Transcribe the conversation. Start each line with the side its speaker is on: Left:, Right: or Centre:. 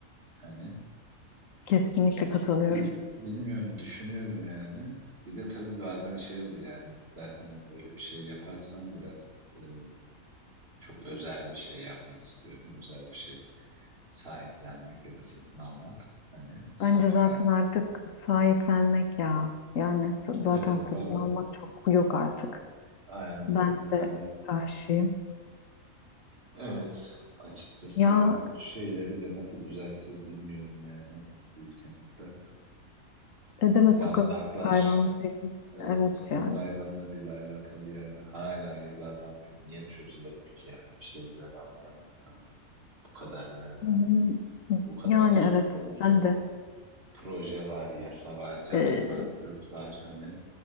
Right: Hani
Left: Kesinlikle katılıyorum.
Right: Bir, bilmiyorum düşünüyorum yani. Bir de tabii bazen şey oluyor yani zaten hani öyle bir şey yaparsam biraz e, çok özel bir şey yapmak istiyorum. Özel bir şey sahiplenmek ya da satın almak hani safkan.
Left: Bence zaten artık sahiplenmek ya. Yani s- zaten
Right: Evet
Left: satın
Right: tabii
Left: almak çok yok artık.
Right: aynen
Left: Ben
Right: öyle
Left: de
Right: hani
Left: karşıyım.
Right: evet açıkçası
Left: Ya
Right: yani bu şeyleri de nasıl düzelteceğiz bilmiyorum yani ülkemizde.
Left: ne deme
Right: O
Left: sokak
Right: barınaklar
Left: hayvanlarıyım.
Right: Evet,
Left: Evet
Right: sokak
Left: yani.
Right: hayvanlarıyla alakalı yani hala yıllardan beri niye çözülemiyor ki yani bir şey ben anlayamadım hani bu kadar yani
Left: Hı hı.
Right: bu kadar
Left: Yani
Right: söz
Left: evet
Right: konusu
Left: ben de.
Right: proje var yasa var cart
Left: Ee,
Right: var cürt var hani